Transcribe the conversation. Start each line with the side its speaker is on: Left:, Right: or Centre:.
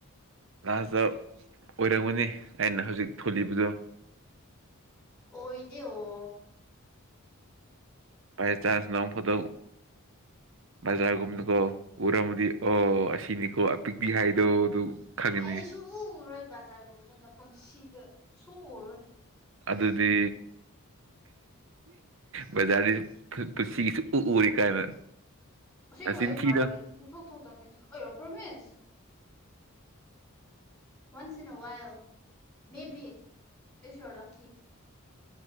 Right: ꯂꯥꯁꯇ ꯑꯣꯏꯔꯝꯒꯅꯤ ꯑꯩꯅ ꯍꯧꯖꯤꯛ ꯊꯣꯜꯂꯤꯕꯗꯣ
Centre: ꯑꯣꯏꯗꯦ ꯑꯣ
Right: ꯕꯥꯏ ꯆꯥꯟꯁ ꯅꯣꯡ ꯐꯥꯗꯣꯛ ꯕꯖꯥꯔꯒꯨꯝꯅꯀꯣ ꯎꯔꯝꯃꯗꯤ ꯑꯣ ꯑꯁꯤꯅꯤꯀꯣ ꯑꯄꯤꯛꯄꯤ ꯍꯥꯏꯗꯣ ꯑꯗꯨ ꯈꯪꯉꯅꯤ
Centre: ꯑꯩ ꯁꯨ ꯎ ꯎꯔꯣꯏ ꯕꯖꯥꯔꯒꯨꯝꯕꯗꯅ ꯄꯨꯟꯁꯤꯗ ꯁꯨ ꯎ ꯎꯔꯣꯏ
Right: ꯑꯗꯨꯗꯤ ꯕꯖꯥꯔꯗ ꯄꯨꯟꯁꯤꯒꯤ ꯁꯨ ꯎ ꯎꯔꯣꯏ ꯀꯥꯏꯅ
Centre: ꯑꯁꯦꯡꯕ
Right: ꯅꯆꯤꯟ
Centre: ꯑꯩ
Right: ꯊꯤꯅꯨ
Centre: ꯕꯖꯥꯔ ꯁꯨꯡꯊꯣꯛ ꯊꯣꯛꯇꯕꯅꯤ ꯑꯌꯥ ꯄ꯭ꯔꯣꯃꯤꯁ <unintelligible>